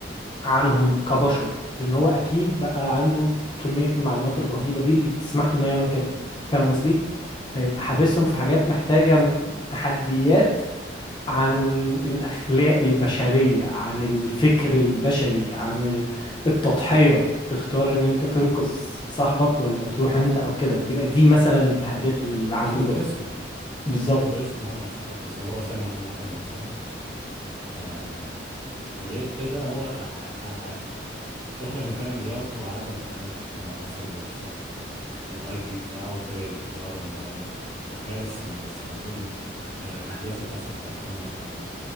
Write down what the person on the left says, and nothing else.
عنهم كبشر لان هو اكيد بقى عنده كميه المعلومات الرهيبه دي اللي تسمح له انه يعمل كده فاهم قصدي فيبقى حابسهم
في حاجات محتاجه م- تحديات عن الاخلاق البشريه عن الفكر البشري عن ال- التضحيه تختار ان انت تنقذ صاحبك ولا تروح انت او كده يبقى دي مثلا التحديات
اللي عنده
جوه بالظبط